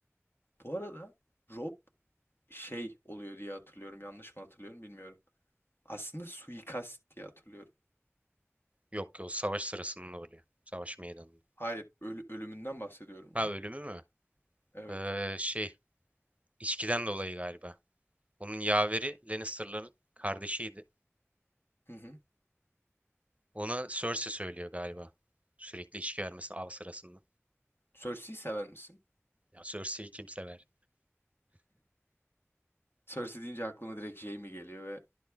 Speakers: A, on the left (about 50°); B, on the right (about 30°).
A: Bu arada Rob şey oluyor diye hatırlıyorum. Yanlış mı hatırlıyorum bilmiyorum. Aslında suikast diye hatırlıyorum.
B: Yok yok savaş sırasında oluyor. Savaş meydanında.
A: Hayır, ölü- ölümünden bahsediyorum
B: Ha
A: ya.
B: ölümü mü?
A: Evet.
B: Ee, şey içkiden dolayı galiba. Onun yaveri Lannister'ların kardeşiydi.
A: Hı hı.
B: Ona Cersei söylüyor galiba. Sürekli içki vermesini av sırasında.
A: Cersei'yi sever misin?
B: Ya Cersei'yi kim sever?
A: Cersei deyince aklıma direkt Jaime geliyor ve